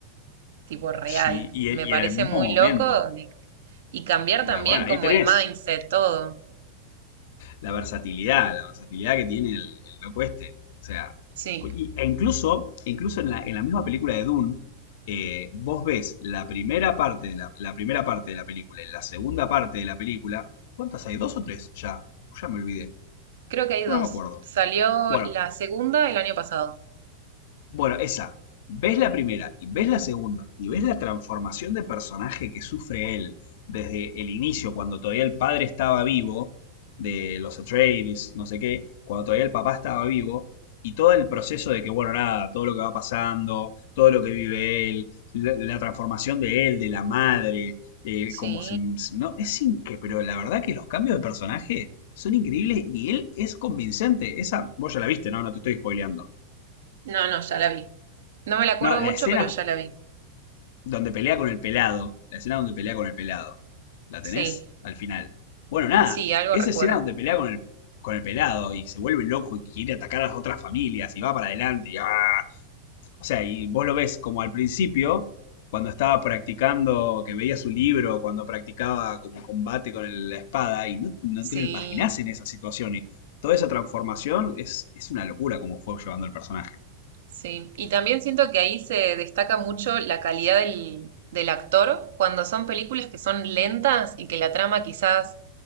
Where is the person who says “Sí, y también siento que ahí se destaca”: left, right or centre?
Right